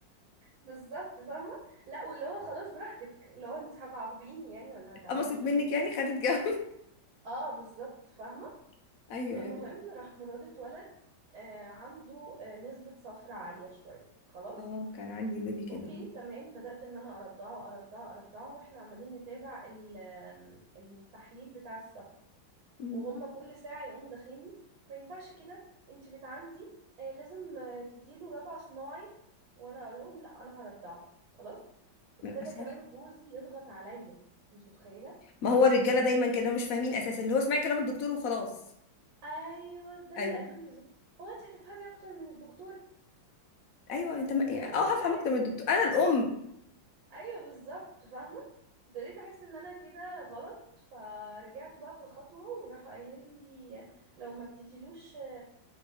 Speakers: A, on the right; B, on the left.
A: بالظبط فاهمة لا واللي هو خلاص براحتك اللي هو انت هتعاقبيني يعني ولا هتعملي
B: اتقمصت
A: ايه
B: منك يعني خدت جو
A: اه بالظبط فاهمة
B: <laughs> ايوه
A: المهم
B: ايوه
A: راح مراد اتولد آه عنده آه نسبة صفر عالية شوية خلاص
B: اه كان عندي بيبي كده
A: اوكي تمام بدأت ان انا ارضعه ارضعه ارضعه واحنا عمالين نتابع ال- التحليل بتاع الصفر
B: امم
A: وهم كل ساعة يقوموا داخليني ما ينفعش كده انت بنت عندي آه، لازم آه، تديله رضع صناعي وانا اقول لهم لا انا هرضعه خلاص ابتدى
B: صح
A: كمان جوزي يضغط عليا انت متخيلة
B: ما هو الرجاله دايما كده مش فاهمين اساسا اللي هو اسمعي كلام الدكتور وخلاص
A: ايوه ده
B: ايوه
A: اللي قالوا لي بالظبط هو انت هتفهمي اكتر من الدكتور
B: ايوه انت ما...
A: ابتديت
B: اه هفهم
A: احس
B: اكتر من الدكتور انا الام
A: ايوه بالظبط فاهمه ابتديت احس ان انا كده غلط فرجعت بقى في الخطوه وراحوا قايلين لي لو ما اديتيلوش آه،